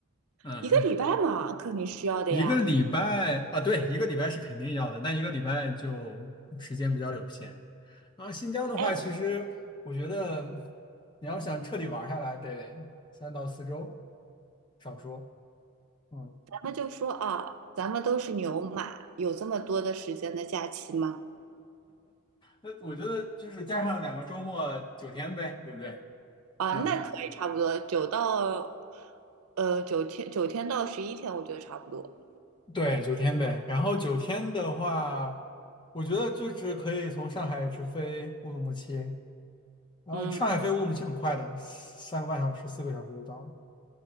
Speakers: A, on the left (about 20°); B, on the right (about 80°).
A: 嗯，
B: 一个礼拜嘛，肯定需要的呀。
A: 一个礼拜啊，对，一个礼拜是肯定要的，但一个礼拜就时间比较有限。然后新疆的话，
B: 哎，
A: 其实我觉得你要想彻底玩下来，得三到四周，少说。嗯。
B: 咱们就说啊，咱们都是牛马，有这么多的时间的假期吗？
A: 那我觉得就是加上两个周末，九天呗，对不对？
B: 啊，
A: 嗯，
B: 那可以差不多，九到呃九天，九天到十一天，我觉得差不多。
A: 对，九天呗。然后九天的话，我觉得就是可以从上海直飞乌鲁木齐，然后上海飞乌鲁木齐很快的，
B: 嗯
A: 三个半小时、四个小时就到了。